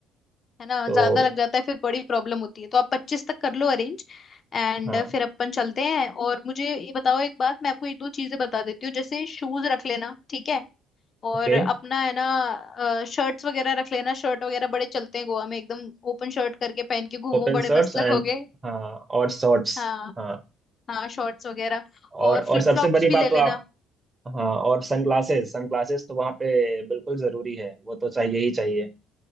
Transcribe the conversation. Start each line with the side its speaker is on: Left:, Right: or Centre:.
Left: है ना
Right: तो
Left: ज्यादा लग जाता है फिर बड़ी प्रॉब्लम होती है तो आप पच्चीस तक कर लो अरेंज एंड
Right: हाँ
Left: फिर अपन चलते हैं और मुझे ये बताओ एक बात मैं आपको एक दो चीजें बता देती हूँ जैसे शूज रख लेना ठीक है और
Right: ओके
Left: अपना है ना शर्ट्स वगैरह रख लेना शर्ट वगैरह बड़े चलते हैं गोवा में एकदम ओपन शर्ट करके पहन के घूमो
Right: ओपन
Left: बड़े
Right: शर्ट्स
Left: मस्त
Right: एंड
Left: लगोगे
Right: हाँ और शॉर्ट्स
Left: हाँ
Right: हाँ
Left: हाँ शॉर्ट्स वगैरह
Right: और
Left: और
Right: और
Left: फ्लिप
Right: सबसे
Left: फ्लॉप्स
Right: बड़ी
Left: भी
Right: बात
Left: ले लेना
Right: तो आप हाँ और सनग्लासेस सनग्लासेस तो वहाँ पे बिल्कुल जरूरी है वो तो चाहिए ही चाहिए